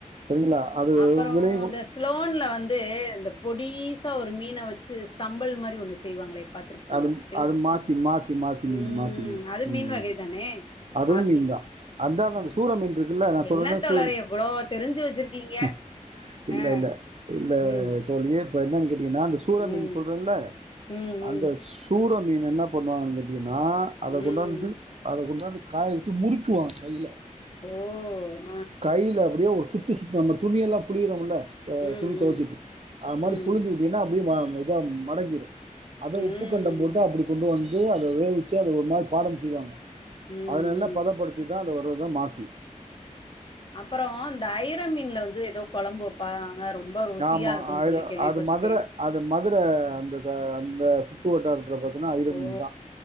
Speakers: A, on the right (about 55°); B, on the left (about 40°).
A: செரிங்களா அது
B: அப்புறம்
A: வில உயர்
B: இந்த ஸ்லோன்ல வந்து இந்த பொடிசா ஒரு மீனை வச்சு ஸ்தம்பல் மாரி ஒண்ணு செய்வாங்களே பாத்துருக்கீங்களா
A: அது
B: கேள்விப்பட்டிருக்கீங்களா
A: அது மாசி மாசி மாசி
B: ம்
A: மீன் மாசி
B: அதும் மீன்
A: ம்
B: வகை தானே
A: அதுவும்
B: மாசி
A: மீன் தான்
B: ஆ
A: அந்த சூரம் மீன் இருக்குல்ல நான்
B: என்ன
A: சொல்லல
B: தோழரே
A: சூல்
B: எவ்ளோ தெரிஞ்சு வச்சிருக்கீங்க
A: ம் இல்ல
B: ஆ
A: இல்ல இல்ல
B: ம்
A: இதோட இயற்பெயர் என்னன்னு கேட்டீங்கன்னா இந்த சூர
B: ம்
A: மீன் சொல்றேன்ல
B: ம்
A: அந்த
B: ம்
A: சூர மீன் என்ன பண்ணுவாங்க கேட்டிங்ன்னா அதை
B: ம்
A: கொண்டாந்து அத கொண்டாந்து காய வச்சு முறுக்குவாங்க கைல
B: ஓஓஓ
A: கைல அப்டியே ஒரு சுத்து சுத்துவாங்க நம்ம துணியலாம் புழியுரோம்ல்லா ஆ
B: ம்
A: துணி துவச்சிக்
B: ம்
A: அது மாதிரி
B: ம்
A: புழுந்சி வி ஏன்னா அப்டியே ம இதா மடங்கீரு அத
B: ம்
A: உப்புக்கண்டோ போட்டு அப்படி கொண்டு வந்து அத வேவிச்சு அத ஒரு மாரி பாடம் செய்வாங்க
B: ம்
A: அத நல்லா
B: ம்
A: பதப்படு திதா அத வர்றதா மாசி
B: அப்பறோ இந்த ஐர மீன்ல வந்து எதோ கொழம்பு வெப்பாங்க ரொம்ப ருசியா
A: ஆமாம்
B: இருக்குன்
A: அது
B: சொல்லி கேள்விப்பட்ருக்கே
A: அது மதுரை அது மதுர அந்த சா அந்த ச சூ வட்டாரத்துல பாத்தின்னா ஐர
B: ஓ
A: மீன் தா